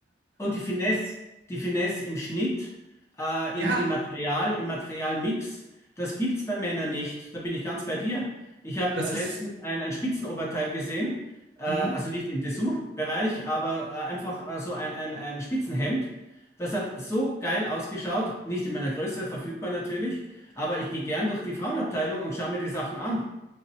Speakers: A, on the left (about 15°); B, on the right (about 80°).
A: und die Finesse, die Finesse im Schnitt, äh,
B: Ja,
A: in, im Material, im Materialmix, das gibt's bei Männern nicht. Da bin ich ganz bei dir. Ich habe
B: das
A: äh, letztens
B: ist.
A: ein, ein Spitzenoberteil gesehen, äh, also
B: Mhm.
A: nicht im Dessous-Bereich, aber äh, einfach äh, so ein, ein, ein Spitzenhemd. Das hat so geil ausgeschaut, nicht in meiner Größe, verfügbar natürlich, aber ich gehe gern durch die Frauenabteilung und schaue mir die Sachen an.